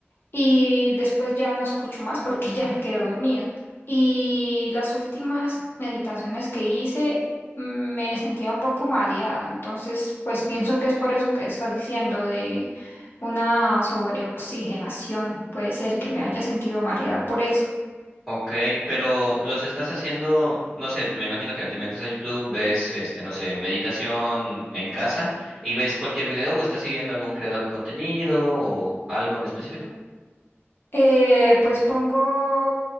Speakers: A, on the left (about 55°); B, in the centre.
A: y después ya no escucho más porque <laughs> ya me quedé dormida. Y las últimas meditaciones que hice mm, me sentía un poco mareada, entonces pues pienso que es por eso que estás diciendo de una sobreoxigenación. Puede ser que me haya sentido mareada por eso.
B: Ok, pero los estás haciendo, no sé, me imagino que te metes a YouTube, ves, este, no sé, meditación en casa y ves cualquier video o estás siguiendo algún creador de contenido o algo en específico.
A: Eh, pues pongo,